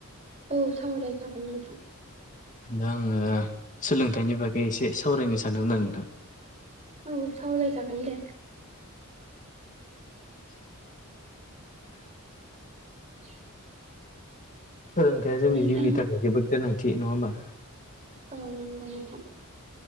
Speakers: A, on the right (about 30°); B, on the left (about 35°).
A: औ सावराय जागोन नोंथां।
B: दा आंङो सोलोंथाइनि बागै एसे सावरायनो सानदोंमोन आरो नोंथां।
A: औ सावराय जागोन दे। <inaudible>
B: सोलोंथाइया जोंनि
A: नोंथां
B: जिउनि थाखाय जोबोद गोनांथि नङा होमबा?
A: औ नोंगौ नोंथां।